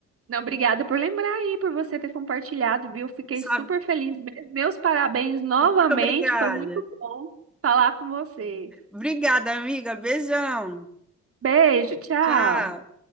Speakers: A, on the right; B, in the centre.
A: Não, obrigada por lembrar aí, por você ter compartilhado, viu? Fiquei
B: sabe?
A: super feliz mesmo. Meus parabéns novamente,
B: Muito obrigada.
A: foi muito bom falar com você.
B: Obrigada, amiga. Beijão.
A: Beijo, tchau.
B: Tchau.